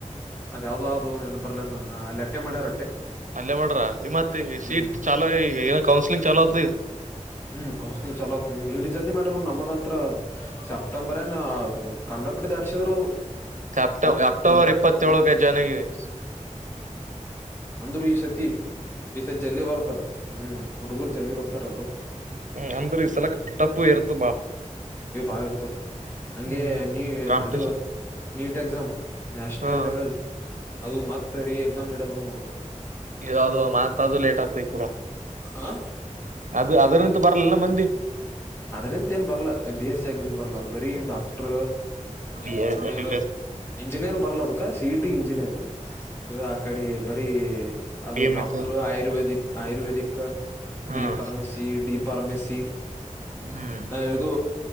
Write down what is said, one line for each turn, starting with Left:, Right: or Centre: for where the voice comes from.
Left: ಅ ಯಾವ್ದೋ ಅದು ನೆನ್ ಬರ್ಲ ನನಗ ಅಲ್ಲಿ ಅಟ್ಟೆ ಮಾಡ್ಯಾರಟ್ಟ
Right: ಅಲ್ಲೇ ಮಾಡ್ರ ಈ ಮತ್ ಈ
Left: ಹ್ಮ್
Right: ಸೀಟ್ ಚಾೋ ಏನ ಕೌನ್ಲಿಂಗ್ ಚಲೋತ್ತು
Left: ಹ್ಮ್ ಕಮ್ಸ ಚಲೋ ಇಡೀ ಜಲ್ದಿ ಮಾಡ್ರ ನಮಗಂ ಸೆಪ್ಟಂಬರ್ ಕಂಡಪಡಿ ದಧಡಿಸಿದ್ರೋದು
Right: ಸೆಪ್ಟ ಅಕ್ಟೋಬರ್ ಇಪ್ಪತ್ತ ಳಗೆ ಜನಗರಿ
Left: ಅಂದ್ರರು ಈ ಸತಿ ಈ ಸತಿ ಜಲ್ಲಿ ಬರ್ತ ಹ್ಮ್ ಹುಡುಗರು ಜಲ್ದಿ ಬರ್ತಾರಲ್ರು
Right: ಹ್ಮ್ ಅಂದ್ರ ಈ
Left: ಹ್ಮ್
Right: ಸಲ ಟಫ್ ಇರ್ತ ಬಾ
Left: ಈ ಬಾ ಇರ್ತ ಹಂಗೆ
Right: ಹ್ಮ್
Left: ನೀ
Right: ಕಾಂಪಿಟೇಷನ್
Left: ಇದು ನೀಟ್ ಎಕ್ಸಾಮ್ ನ್ಯಾಷನಲ್
Right: ಹಾ
Left: ಲೆವೆಲ್ ಅದು ಮತ್ ತರಿ ಎಕ್ಸಾಮ್ ನೀಡಡದು ಒಂದು ನೋಡ
Right: ಯ್ದ ಮಾತ್ ತದು ಲೇಟ್ ಆಗ್ತ ಈ ಪೂಾ
Left: ಆ
Right: ದು ಅದ್ರಂತ ಬರಲಿಲ್ಲ ಮಂದಿ
Left: ಅದ್ರಂತ ಏನ್ ಬರಲ್ಲಾ ಬಿ ಎಸ್ ಸಿ ಆಗ್ರಗ್ ಬರ್ಲ ಅ ಬರೀ doctor
Right: B
Left: engineer
Right: S B
Left: engineer ಬರ್ಲಲೆ ಬೇಕಾ ಇಂಜಿನಿಯರ್ ಅ ಆ ಕಡೆ ಬರೀ ಅದು
Right: M
Left: doctor
Right: S
Left: ayurvedic ayurvedic
Right: ಹ್ಮ್
Left: B ಫಾರ್ಮ್ ಸಿ ಪಾರ್ಮೆಸಿ
Right: ಹ್ಮ್
Left: ಹ ಇದು